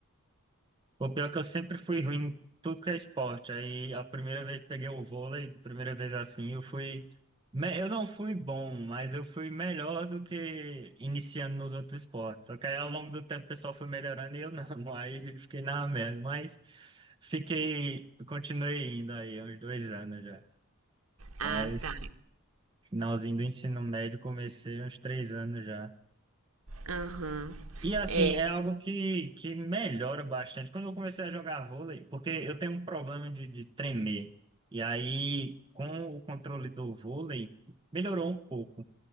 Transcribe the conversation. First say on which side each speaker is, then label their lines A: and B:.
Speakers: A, on the right; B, on the right.
A: O pior é que eu sempre fui ruim em tudo que é esporte. Aí a primeira vez que peguei o vôlei, a primeira vez assim, eu fui. me- Eu não fui bom, mas eu fui melhor do que iniciando nos outros esportes. Só que aí ao longo do tempo o pessoal foi melhorando e eu não. <laughs> Aí fiquei na merda. Mas fiquei. Continuei indo aí, uns dois anos já.
B: Ah,
A: Mas
B: tá.
A: finalzinho do ensino médio comecei uns três anos já.
B: Aham.
A: E assim,
B: É,
A: é algo que, que melhora bastante. Quando eu comecei a jogar vôlei, porque eu tenho um problema de, de tremer. E aí, com o controle do vôlei, melhorou um pouco,